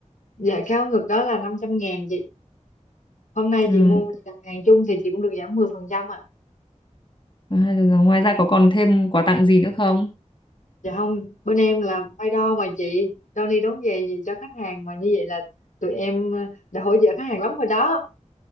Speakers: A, on the left; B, on the left.
A: dạ cao ngực đó là năm trăm ngàn chị hôm nay
B: Ừ,
A: chị mua chị đặt hàng chung thì chị cũng được giảm 10 phần trăm ạ.
B: hay là giá- ngoài ra có còn thêm quà tặng gì nữa không?
A: Dạ không, bên em làm may đo mà chị, đo ni đóng giày gì cho khách hàng mà như vậy là tụi em ờ, đã hỗ trợ khách hàng lắm rồi đó.